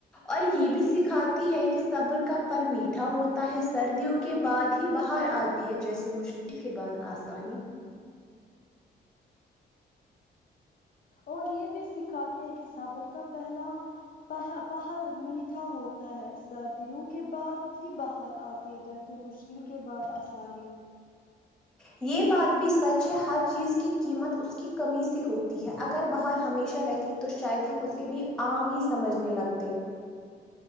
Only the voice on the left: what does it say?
اور یہ بھی سکھاتے ہیں کہ صبر کا پہلا پہ پہل میٹھا ہوتا ہے سردیوں کے بعد ہی بہار آتی ہے جیسے مشکل کے بعد آسانی